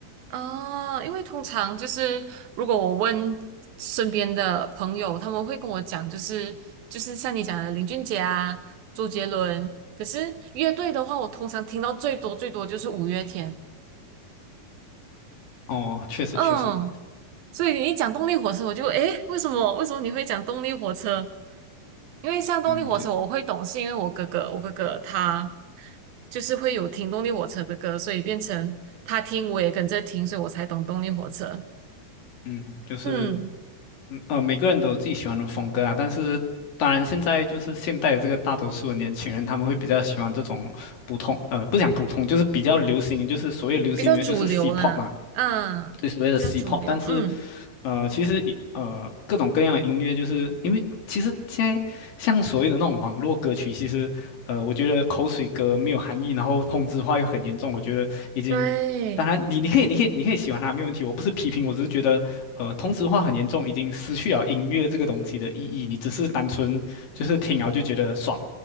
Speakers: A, on the right (about 80°); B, on the left (about 70°).
A: 哦，因为通常就是如果我问身边的朋友，他们会跟我讲，就是就是像你讲的林俊杰啊、周杰伦。可是乐队的话，我通常听到最多最多就是五月天。
B: 哦，确实确实，
A: 嗯，所以你一讲动力火车，我就诶，为什么为什么你会讲动力火车？因为像动力火车，
B: 嗯，就
A: 我会懂，是因为我哥哥，我哥哥他就是会有听动力火车的歌，所以变成他听，我也跟着听，所以我才懂动力火车。
B: 嗯就是
A: 嗯。
B: 嗯呃，每个人都有自己喜欢的风格啊。但是当然，现在就是现代的这个大多数的年轻人，他们会比较喜欢这种普通，呃，不讲普通，就是比较流行，就是所谓流行音乐就是
A: 比较主流啦，
B: C-pop 嘛，
A: 嗯，
B: 对，所谓的
A: 比较主流，
B: C-pop。但是
A: 嗯，
B: 呃，其实一呃，各种各样的音乐，就是因为其实现在像所谓的那种网络歌曲，其实呃，我觉得口水歌没有含义，然后同质化又很严重，我觉得已经，
A: 对，
B: 当然你你可以你可以你可以喜欢它没有问题，我不是批评，我只是觉得呃，同质化很严重，已经失去了音乐这个东西的意义，你只是单纯就是听了就觉得爽，